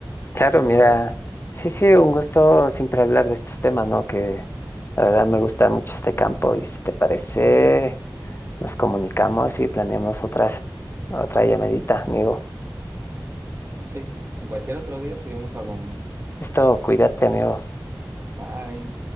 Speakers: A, on the left; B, on the right.
A: Claro,
B: ¿Tú qué
A: mira,
B: parece?
A: sí, sí, un gusto siempre hablar de estos temas, ¿no? Que la verdad me gusta mucho este campo y si te parece, nos comunicamos y planeamos otras, otra llamadita, amigo.
B: Sí, en cualquier otro día seguimos hablando.
A: Esto, cuídate, amigo.
B: Bye.